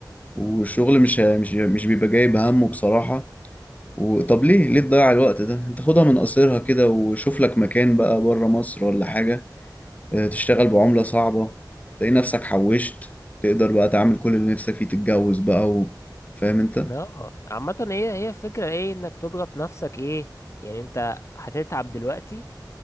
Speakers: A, on the left; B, on the left.
A: والشغل مش مش مش بيبقى جايب همه بصراحة وطب ليه ليه تضيع الوقت ده انت خدها من قصيرها كده وشوف لك مكان بقى بره مصر ولا حاجة اه، تشتغل بعملة صعبة تلاقي نفسك حوشت تقدر بقى تعمل كل اللي نفسك فيه تتجوز بقى و... فاهم انت
B: اه عامة هي هي الفكرة ايه انك تضغط نفسك ايه يعني انت هتتعب دلوقتي